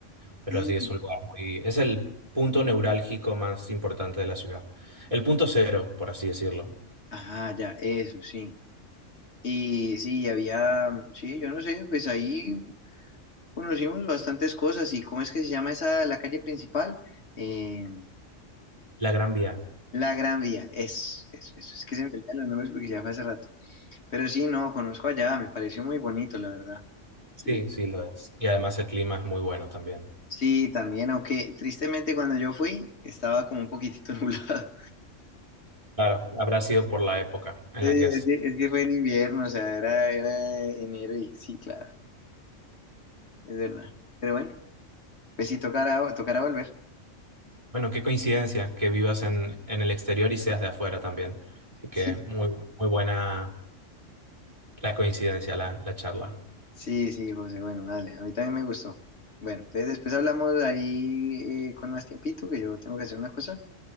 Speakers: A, on the right; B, on the left.
A: Pero
B: Mm.
A: sí, es un lugar muy... Es el punto neurálgico más importante de la ciudad. El punto cero, por así decirlo.
B: Ajá, ya, eso, sí. Y sí, había, mm, sí, yo no sé, pues ahí conocimos bastantes cosas y ¿cómo es que se llama esa, la calle principal? Eh,
A: La Gran Vía.
B: La Gran Vía, es, es, es, es que se me olvidan los nombres porque ya fue hace rato. Pero sí, no, conozco allá, me pareció muy bonito, la verdad.
A: Sí,
B: Sí,
A: sí lo es. Y además el clima es muy bueno también.
B: Sí, también, aunque tristemente cuando yo fui estaba como un poquitito <laughs> nublado.
A: Claro, habrá sido por la época en
B: Sí,
A: la
B: Es
A: que es.
B: que, es que fue en invierno, o sea, era, era enero y sí, claro, es verdad. Pero bueno, pues sí, tocará, tocará volver.
A: Bueno, qué coincidencia que vivas en, en el exterior y seas de afuera también. Así que
B: Sí,
A: muy, muy buena la coincidencia, la, la charla.
B: sí, sí, José, bueno, dale, a mí también me gustó. Bueno, entonces después hablamos ahí eh, con más tiempito, que yo tengo que hacer una cosa